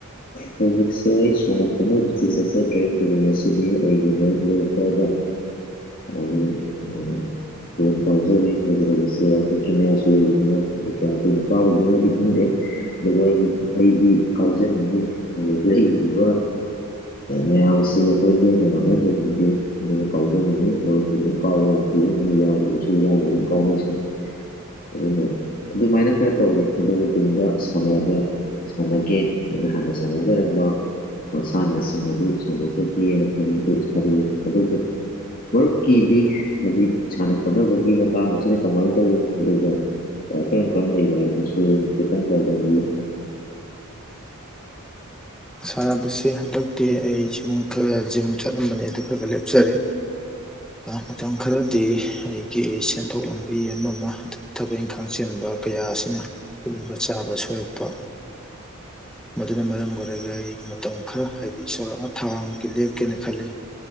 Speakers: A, on the left; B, in the centre.
A: ꯍꯧꯁ ꯁꯅ ꯈ ꯁꯤ ꯆꯦꯁꯦ ꯁꯤ ꯑꯩ ꯂꯣꯏꯈ ꯍꯥꯏꯖ ꯎ ꯎꯝ ꯐꯣꯟ ꯀꯥꯎꯖꯔꯦ ꯍꯥꯏꯗꯤ ꯍꯧꯖꯤꯛꯁꯦ ꯋꯥꯀꯠ ꯀꯦꯃꯦꯔꯥꯁꯨ ꯑꯣꯏꯕꯅꯤꯅ ꯑ ꯀꯌꯥꯝ ꯀꯨꯩꯅꯣ ꯀꯥꯎꯗꯣꯏꯅꯣꯗꯤ ꯈꯪꯗꯦ ꯑꯗꯨꯕꯨ ꯑꯩꯒꯤ ꯑꯩꯗꯤ ꯀꯥꯎꯖꯅꯤꯡꯉꯤ ꯂꯩꯔꯨꯔꯤꯕ ꯃꯌꯥꯝꯁꯤ ꯑꯩꯈꯣꯏ ꯂꯦꯡꯕ ꯃꯥꯡꯍꯟꯖꯅꯤꯡꯗꯦ ꯑꯗꯨꯅ ꯀꯥꯎꯖꯅꯤꯡꯉꯤ ꯃꯔꯨꯞꯁꯨ ꯑꯗꯨꯝ ꯀꯥꯎꯕ ꯂꯥꯛꯄ ꯃꯤ ꯌꯥꯎꯗ꯭ꯔꯕꯁꯨ ꯌꯥꯅ ꯑꯗꯨꯨꯝ ꯀꯥꯎꯅꯁꯤꯅꯤ ꯑꯗꯨꯅ ꯑꯗꯨꯃꯥꯏꯅ ꯈꯔ ꯇꯧꯋ ꯑꯗꯨꯕꯨ ꯇꯨꯡꯗ ꯁꯅꯒ ꯁꯥꯟꯅꯒꯦ ꯑꯩꯅ ꯍꯥꯟꯅ ꯁꯥꯟꯅꯖꯔꯝꯕ ꯃꯁꯥꯟꯅꯁꯤꯡ ꯑꯗꯨ ꯁꯥꯟꯅꯖꯒꯦꯅ ꯈꯟꯕꯗꯤ ꯈꯜꯂꯤ ꯑꯗꯨꯕꯨ ꯃꯔꯨꯞꯀꯤꯗꯤ ꯍꯧꯖꯤꯛ ꯁꯥꯟꯅ ꯈꯣꯠꯅꯕꯒꯤ ꯃꯇꯥꯡ ꯑꯁꯤꯅ ꯀꯃꯥꯏꯅ ꯇꯧꯔꯤ ꯑꯗꯨꯒ ꯀꯔꯝ ꯀꯔꯝꯝꯕ ꯂꯩꯒꯦ ꯍꯥꯏꯕꯗꯨꯁꯨ ꯈꯤꯇꯪ ꯇꯥꯎꯗꯕꯤꯌꯨ
B: ꯁꯥꯟꯅꯕꯁꯦ ꯍꯟꯗꯛꯇꯤ ꯑꯩ ꯖꯤꯝ ꯈꯔ ꯖꯤꯝ ꯆꯠꯂꯝꯕꯅꯦ ꯑꯗꯨ ꯈꯔ ꯈ ꯂꯦꯞꯆꯔꯦ ꯃꯇꯝ ꯈꯔꯗꯤ ꯑꯩꯒꯤ ꯁꯦꯟꯊꯣꯛ ꯂꯝꯕꯤ ꯑꯃ ꯑꯃ ꯑꯗꯒꯤ ꯊꯕꯛ ꯏꯪꯈꯥꯡ ꯆꯦꯟ ꯀꯌꯥ ꯑꯁꯤꯅ ꯄꯨꯟꯕ ꯆꯥꯕ ꯁꯣꯏꯔꯛꯄ ꯃꯗꯨꯅ ꯃꯔꯝ ꯃꯔꯦꯒ ꯃꯇꯝ ꯈꯔ ꯍꯥꯏꯗꯤ ꯁꯣꯔꯥꯛꯅ ꯊꯥꯃꯨꯛꯀꯤ ꯂꯦꯞꯀꯦꯅ ꯈꯜꯂꯤ